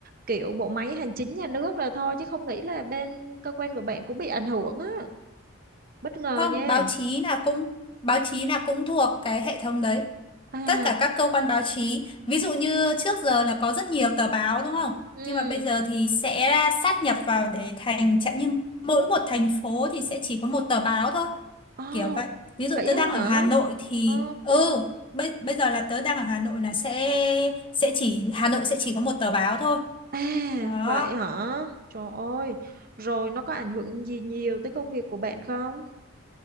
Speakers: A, on the right; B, on the left.
A: kiểu bộ máy hành chính nhà nước rồi thôi chứ không nghĩ là bên cơ quan của bạn cũng bị ảnh hưởng á. Bất ngờ
B: không
A: nha.
B: báo chí là cũng báo chí là cũng thuộc cái hệ thống đấy
A: À,
B: tất cả các cơ quan báo chí ví dụ như trước giờ là có rất nhiều tờ báo đúng không
A: ừ.
B: nhưng mà bây giờ thì sẽ sát nhập vào để thành chẳng như mỗi một thành phố thì sẽ chỉ có một tờ báo thôi
A: Ồ,
B: kiểu vậy ví
A: vậy
B: dụ tớ đang
A: á
B: ở
A: hả?
B: Hà Nội thì
A: Ồ.
B: ừ bây, bây giờ là tớ đang ở Hà Nội là sẽ sẽ chỉ Hà Nội sẽ chỉ có một tờ báo thôi
A: À,
B: đó
A: vậy hả? Trời ơi, rồi nó có ảnh hưởng gì nhiều tới công việc của bạn không?